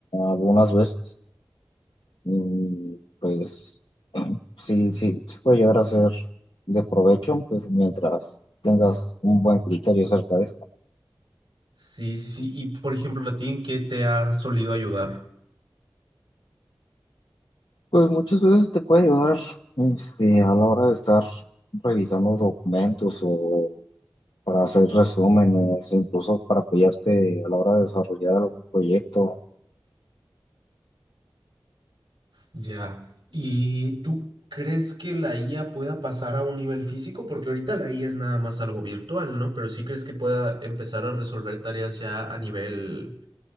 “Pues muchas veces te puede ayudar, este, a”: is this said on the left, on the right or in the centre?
Left